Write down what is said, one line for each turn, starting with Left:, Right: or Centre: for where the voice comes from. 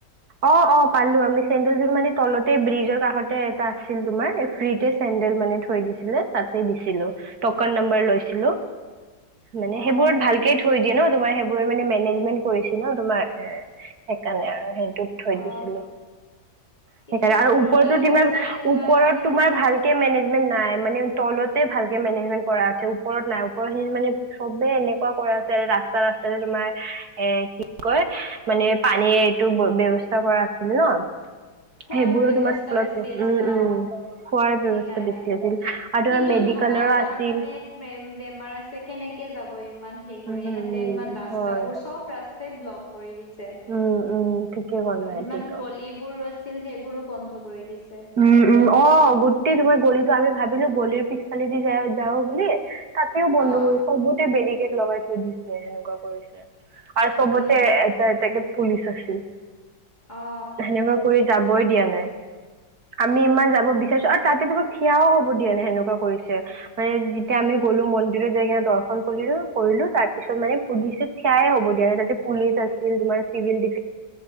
Right: অঁ অঁ পালো আমি চেডেল যোৰ মানে তলতে ব্ৰিজৰ কাষতে এটা আছিল তোমাৰ ফ্ৰীতে চে চেন্দেল মানে থৈ দিছিলে তাতে দিছিলো তকেট নাম্বাৰ লৈছিলো? মানে
Left: অ
Right: সেইবোৰত ভালকে থৈ দি। তোমাৰ সেইবোৰে মানে মেনেজমেন্ কৰি ন তোমাৰ এ সেইকাৰণে আৰু। থৈ
Left: অ
Right: দিছিলো
Left: কিন্তু
Right: সেইকাৰণে আৰু
Left: ওপৰলৈ
Right: ওপৰতো
Left: খোজকাঢ়ি
Right: তোমাৰ
Left: যোৱা
Right: ওপৰত
Left: দিম
Right: তোমাৰ ভাল মেনেজমেণ্ট নাই মানে তলতে ভালকে মেনেজমেট কৰা আছে ওপৰত নাই ওপৰতিনি মানে চবেই। তেনেুৱা কৰা আছে ৰাস্তা ৰাস্তা তোমাৰ এ কি কয় মানে পানীৰ এইটো ব্যৱস্থা। চষ্টা কৰা আছিল ন।
Left: খোৱাৰ
Right: সেইবোৰো
Left: ব্যৱস্থা
Right: তোমাৰ তলতে
Left: বেছি আছিল
Right: উম উম
Left: অঁ সেই
Right: খোৱাৰ ব্যৱস্থা
Left: কাৰণে
Right: বেছি আছিল আৰু তোমাৰ
Left: কিন্তু
Right: মেডিকেলৰো
Left: ভাবা যাৰ
Right: আছিল
Left: মানে বেমাৰ আছে কেনেকে কিয় যাব ইমান। সেই
Right: উম
Left: কৰি
Right: উম
Left: সেঁতে ইমান ৰাস্তাবোৰ
Right: হয়
Left: চব ৰাস্তাই ব্লক কৰি দিছে।
Right: উম উম ঠিকে ক'লা
Left: যিমান
Right: সেইটোতো
Left: গলিবোৰ আছিল সেইবোৰো বন্ধ কৰি দিছিল?
Right: উম উম অঁ গোটেই তোমাৰ গলি। আমি ভাবিলো গলিৰ পিছফালেদি য যাওঁ বুলি তাতেও বন্ধ
Left: অ
Right: কৰি চবতে বেৰি লগাই থৈ দিছে সেনেকুৱা কৰিছে আৰু চবতে
Left: উম
Right: এ। পুলিচ আছিল
Left: অ
Right: সেনেকুৱা কৰি যাবই দিয়া নাই আমি ইমান যাব বিচাৰিছো আৰু তাতে তোমাক থিয়ও হব দিয়া নে সেনেকুৱা কৰিছে? হয় যেতিয়া
Left: উম
Right: আমি গলো মন্দিৰৰ যাই দৰ্শন কৰিলো কৰিলো তাৰপিছত মানে পুলিচ থিয়াই হ'ব দিয়া তাতে পুলিচ আছিল তোমাৰ চিভিল